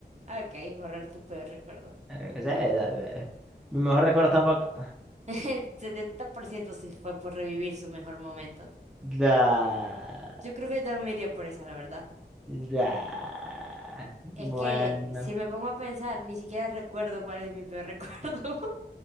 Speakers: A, on the right; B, in the centre.
A: Ok, borrar tu peor recuerdo.
B: Eh, qué sé, la- la- mi mejor recuerdo tampoco.
A: El 70% sí fue por revivir su mejor momento.
B: Da,
A: Yo creo que yo también me iría por esa, la verdad.
B: da. Bueno,
A: Es que si me pongo a pensar, ni siquiera recuerdo cuál es mi peor <laughs> recuerdo.